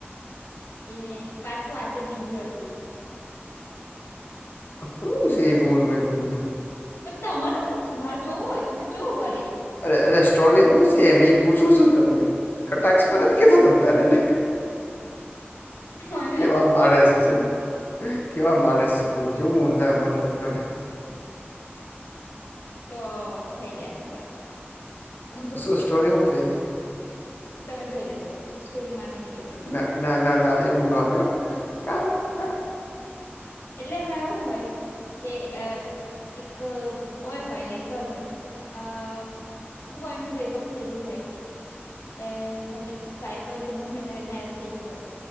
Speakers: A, on the left; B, on the left.
A: ઈ મેં પાછું આજે બીજી વાર જોયું.
B: હું છે ઈ મુવીમાં એટલું બધું?
A: કે તમને હું છે મારે જોવું હોય તો મેં જોવું વરી.
B: અરે અરે સ્ટોરી હું છે એમ ઈ પૂછું છું. તમને કટાક્ષમાં નથ કેતા તમ તારે લે.
A: મને
B: કેવા
A: એવું
B: માણસ છે. કેવા માણસ છે બોલો કેવું ઊંધા મતલબ કાઢે.
A: તો થઇ જાય અમુક વાર.
B: હા તો શું સ્ટોરી હું છે એની?
A: ઈ તમે જોઈ લેજો. સ્ટોરીમાં નહી કેવી
B: ના ના ના ના ના એવું નો હાલે હો કાંઈ અ
A: એટલે એમાં એવું હોય. કે અ એક બોય હોયને, એક ગર્લ હોય અ ઈ કે બોયનું બ્રેકઅપ થયેલું હોય. એ એમના જે વાઈફ હોય તેમનું મે મેરજ થઇ ગયું હોય.